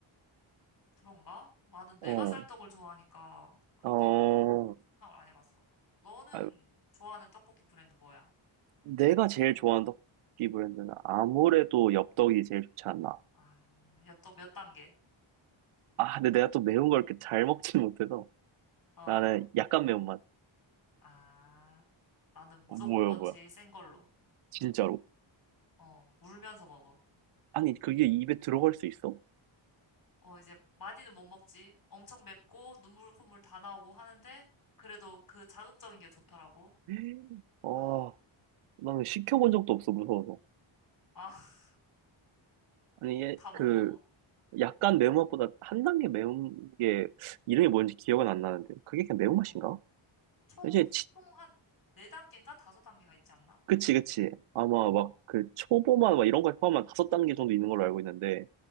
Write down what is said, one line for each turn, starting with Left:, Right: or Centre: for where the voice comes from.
Left: 그런가? 나는 내가
Right: 어,
Left: 쌀 떡을 좋아하니까 그렇게
Right: 어,
Left: 막 생각을 안 해봤어. 너는
Right: 아,
Left: 좋아하는 떡볶이 브랜드 뭐야?
Right: 내가 제일 좋아하는 떡볶이 브랜드는 아무래도 엽떡이 제일 좋지 않나.
Left: 아, 엽떡 몇 단계?
Right: 아, 근데 내가 또 매운 걸 이렇게 잘 먹지는 못해서
Left: 어.
Right: 나는 약간 매운맛.
Left: 아, 나는 무조건
Right: 어, 뭐야, 뭐야.
Left: 제일 센 걸로.
Right: 진짜로?
Left: 어, 울면서 먹어.
Right: 아니, 그게 입에 들어갈 수 있어?
Left: 어, 이제 많이는 못 먹지. 엄청 맵고 눈물 콧물 다 나오고 하는데 그래도 그 자극적인 게 좋더라고.
Right: <gasps>
Left: 아,
Right: 어, 나는 시켜본
Left: 이,
Right: 적도 없어, 무서워서.
Left: 아, <laughs>
Right: 아니, 얘,
Left: 다
Right: 그,
Left: 못 먹어.
Right: 약간 매운맛보다 한 단계 매운 게 이름이 뭔지 기억은 안 나는데. 그게 그냥 매운맛인가?
Left: 어. 총,
Right: 이제, 치-
Left: 총 한 네단계인가 다섯 단계가 있지 않나?
Right: 그치, 그치. 아마
Left: 어,
Right: 막 그 초보만 막 이런 거에 포함한 다섯 단계 정도 있는 걸로 알고 있는데.